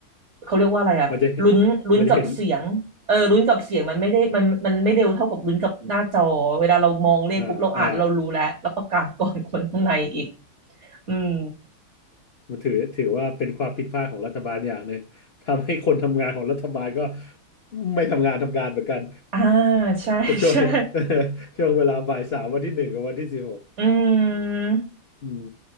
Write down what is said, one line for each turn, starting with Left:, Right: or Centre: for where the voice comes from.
Right: เขาเรียกว่าอะไรอะลุ้นลุ้นกับเสียงเออลุ้นกับเสียงมันไม่ได้มันมันไม่เร็วเท่ากับลุ้นกับหน้าจอเวลาเรามองเลขปุ๊บเราอ่านเรารู้แล้วแล้วประกาศก่อน
Left: มันจะมันจะเห็น อ่าอ่า
Right: <laughs> คนข้างในอีกอืม
Left: มันถือถือว่าเป็นความผิดพลาดของรัฐบาลอย่างหนึ่ง <laughs> ทำให้คนทำงานของรัฐบาลก็ไม่ทำงานทำการเหมือนกัน
Right: อ่าใช่ <laughs>
Left: ช่วง
Right: ใช่
Left: <laughs> ช่วงเวลาบ่ายสามวันที่หนึ่งกับวันที่สิบหก
Right: อืม
Left: อืม